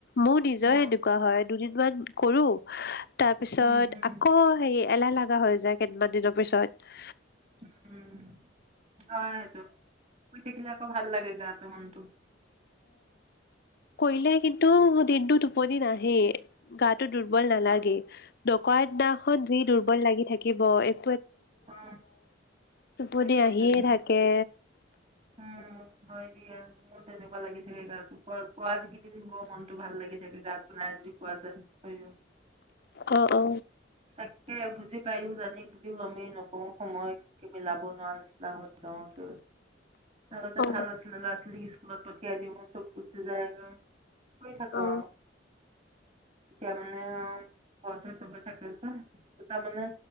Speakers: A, on the left; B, on the right.
A: মোৰ নিজৰে
B: অ
A: এনেকোৱা হয় দুদিনমান কৰো তাৰপিছত
B: উম হম
A: আকৌ হেৰি এলাহে লগা হৈ যায় কেইদমান দিনৰ পিছত
B: উম হয় সেইটো শুই থাকিলে আকৌ ভাল লাগে গাটো মনটো
A: কৈলে কিন তো মোৰ দিনটো টোপনি নাই এই গা টো দুৰ্বল নালাগে
B: অ
A: নকৰা দিনাখন যি দুৰ্বল লাগি থাকিব ব এ
B: উ
A: টোপনি
B: সেইটোৱে
A: আহিয়ে
B: তোন উম
A: থাকে
B: হয় দিয়া মোৰ তেনেকোৱা কিবা লাগি থাকে গাতো পুৱা এইকেইদিন বৰ মনটো ভাল লাগি থাকে গাপ তো নাই জুই কোৱা যে শৰীৰত
A: অহ অ
B: তাকে বুজি পাইয়ো জানি বুজিও আমি নকৱো সময়ত কি মিলাব নোৱাৰা নিচিনা হৈ যাও যে আগতে
A: অ
B: ভাল আছিলে ল'ৰা ছোৱালীক স্কু লত পঠিয়াই দিও চব গুচি যায়গৈ শুই থাকো
A: অ
B: আও এতিয়া মানে ঘৰতে চবে থাকে দুটা মানে